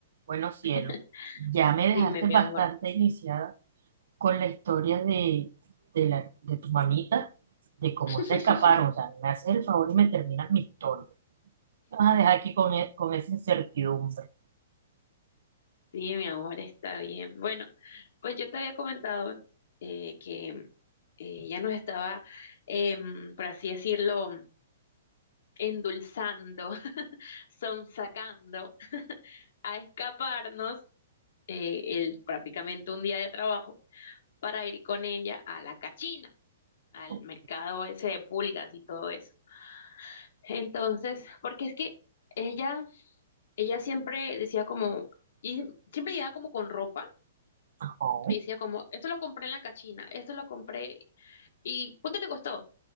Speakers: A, on the right; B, on the left.
A: Bueno, cielo,
B: <laughs>
A: ya me dejaste
B: Dime, mi
A: bastante
B: amor.
A: iniciada con la historia de, de, la, de tu mamita, de cómo
B: <laughs>
A: se escaparon. O sea, me haces el favor y me terminas mi historia. Me vas a dejar aquí con, e- con esa incertidumbre.
B: Sí, mi amor, está bien. Bueno, pues yo te había comentado eh, que eh, ya nos estaba, em, por así decirlo, endulzando, <laughs> sonsacando a escaparnos eh, el, prácticamente un día de trabajo para ir con ella a la cachina, al
A: Ok,
B: mercado ese de pulgas y todo eso. Entonces, porque es que ella ella siempre decía como, y siempre llegaba como con ropa
A: ajá.
B: y decía como, esto lo compré en la cachina, esto lo compré, ¿y cuánto le costó?